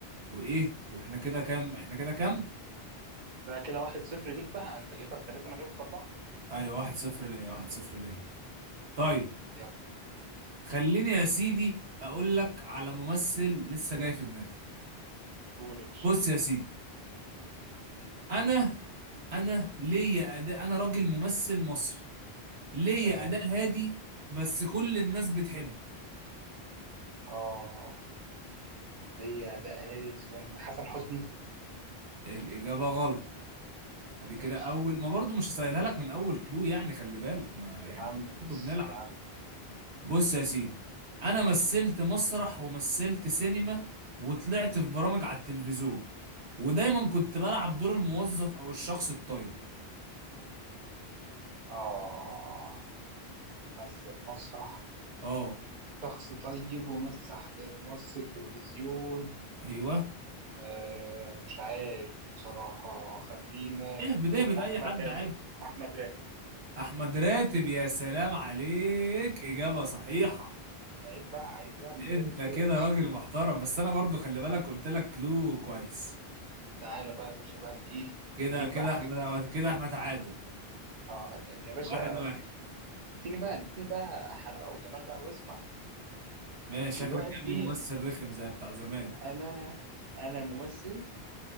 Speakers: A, on the right; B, on the right.
A: وايه واحنا كده كام احنا كده كام
B: ده كده واحد صفر ليك بقى انت جايبها في ثلاثه انا جايبها في اربعه
A: ايوه واحد صفر ليا واحد صفر ليا طيب
B: يلا
A: خليني يا سيدي اقول لك على ممثل لسه جاي في دماغي
B: قول يا باشا
A: بص يا سيدي
B: مم.
A: انا انا ليا اداء انا راجل ممثل مصري ليه
B: تمام
A: اداء هادي بس كل الناس بتحبه
B: اه دي ده اهالي بس حسن حسني
A: الاجابه غلط ادي
B: ماشي
A: كده اول ما برضو مش هسهلها لك من اول كلو يعني خلي بالك ما
B: يا
A: يعني
B: عم ماشي
A: برضو بنلعب
B: يا عم
A: بص يا سيدي انا مثلت مسرح ومثلت سينما وطلعت في برامج على التلفزيون ودايما كنت بلعب دور الموظف او الشخص الطيب
B: آه مثل مسرح
A: اه
B: شخص طيب ومسح ممثل تلفزيون
A: ايوه
B: آه مش عارف بصراحة خلينا
A: اهبد
B: نقول
A: اهبد
B: أحمد
A: اي حد
B: راتب
A: عادي
B: أحمد راتب
A: احمد راتب يا سلام عليك اجابه صحيحه
B: عيب بقى عيب بقى من
A: انت
B: تاني كيلو
A: كده
B: يا باشا
A: راجل محترم بس انا برضو خلي بالك قلت لك كلو كويس
B: تعالى بقى يا باشا بقى ن- إيه
A: كده
B: نجيب
A: كده
B: بقى حاجة
A: احنا كده احنا تعادل
B: آه لا، يا باشا
A: واحد واحد
B: اديني بقى اديني بقى حلاوة وجمال بقى واسمع
A: ماشي
B: دلوقتي
A: شكلك جايب لي ممثل رخم زي بتاع زمان
B: أنا أنا ممثل